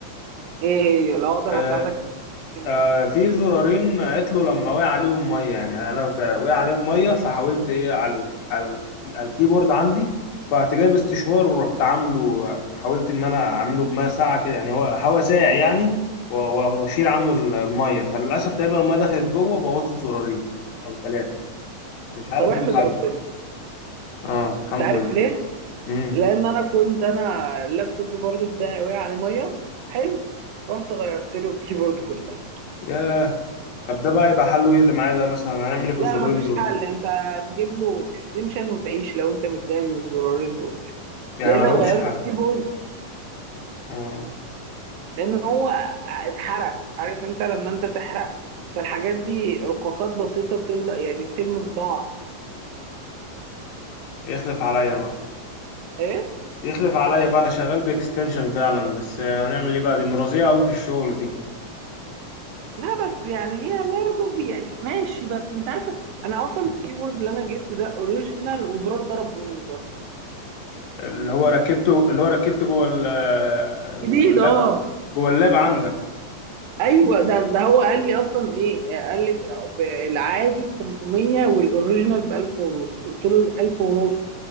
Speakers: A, on the right; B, on the left.
A: ايه هي لو اقدر
B: برضه
A: اساعدك في المشكلة.
B: آه في زرارين عطلوا لما وقع عليهم ميه يعني انا ك- وقع عليهم ميه فحاولت ايه على ال- على ال- على الكيبورد عندي فرحت جايب استشوار ورحت عامله حاولت ان انا اعمله بميه ساقعه كده يعني هو هوا ساقع يعني و- و- واشيل عنه ال- الميه فللاسف تقريبا الميه دخلت جوه بوظت زرارين او ثلاثه مش عارف
A: طب احمد
B: ايه الحل
A: ربنا
B: اه الحمد
A: انت عارف
B: لله
A: ليه
B: امم
A: لان انا كنت انا اللابتوب برضو بتاعي وقع عليه ميه حلو رحت غيرت له الكيبورد كله
B: ياه طب ده بقى يبقى حله ايه اللي معايا ده مثلا هنعمل ايه في
A: لا
B: الزرارين
A: مفيش
B: دول
A: حل انت هتجيب له اكستنشن وتعيش لو انت متضايق من الزرارين دول
B: يعني
A: لا
B: ما
A: الا
B: لهمش
A: تغير
B: حل
A: له الكيبورد
B: امم
A: لان هو اتحرق عارف انت لما انت تحرق فالحاجات دي رقاقات بسيطه بتلزق يعني بتلمس بعض
B: يخلف عليا
A: وانت
B: بقى
A: ايه
B: يخلف عليا بقى انا شغال باكستنشن فعلا بس هنعمل ايه بقى دي مرضيه قوي في الشغل دي
A: لا بس يعني هي برضه يعني ماشي بس انت عارف انا اصلا الكيبورد اللي انا جبته ده اوريجينال وزرار ضرب مني برضه
B: اللي هو ركبته اللي هو ركبته جوه ال- جوه
A: جديد
B: اللاب
A: اه
B: جوه اللاب عندك
A: ايوه ده ده هو قال لي اصلا ايه قال لي ب- ب- العادي ب 500 والاوريجينال ب 1000 ونص قلت له ال 1000 ونص